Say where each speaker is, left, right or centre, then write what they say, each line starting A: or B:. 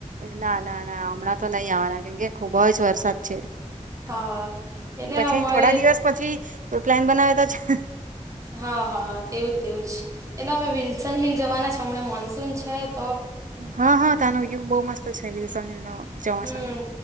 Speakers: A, on the right; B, on the right.
A: ના ના ના હમણાં તો નહી આવવાના કેમકે ખુબ જ વરસાદ છે.
B: હા એટલે
A: પછી
B: અમારે
A: થોડા દિવસ પછી પ્લાન બનાવે તો
B: હા હા તેવું તેવું જ એટલે અમે વિલ્સન હિલ જવાના છે હમણાં મોન્સૂન છે તો
A: હા હા તનો વ્યુ બહુ મસ્ત છે વિલ્સન હિલ નો ચોમાસામાં
B: હમ